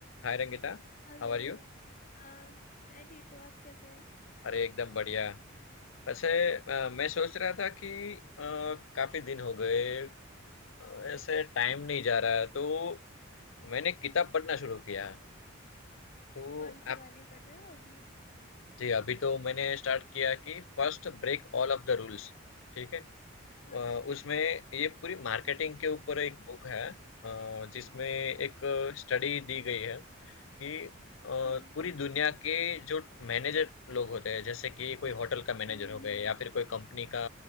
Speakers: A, on the left (about 65°); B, on the left (about 40°).
A: Hi Rangita
B: हेलो
A: How are you
B: हाँ मैं ठीक हूँ आप कैसे हैं
A: अरे एकदम बढ़िया वैसे अ, मैं सोच
B: क्या-
A: रहा था कि अ, काफी दिन हो गए अ, ऐसे टाइम नहीं जा रहा है तो मैंने किताब पढ़ना शुरू किया तो
B: कौन सी
A: आप
B: वाली पढ़ रहे हो अभी
A: जी अभी तो मैंने स्टार्ट किया कि first break all of the rules ठीक है अ,
B: अच्छा
A: उसमें ये पूरी मार्केटिंग के ऊपर एक बुक है अ, जिसमें एक स्टडी दी गई है कि अ,
B: हाँ
A: पूरी
B: हाँ
A: दुनिया के जो मैनेजर लोग होते हैं जैसे कि कोई होटल का मैनेजर
B: हम्म
A: हो गए
B: हम्म
A: या फिर कोई कंपनी का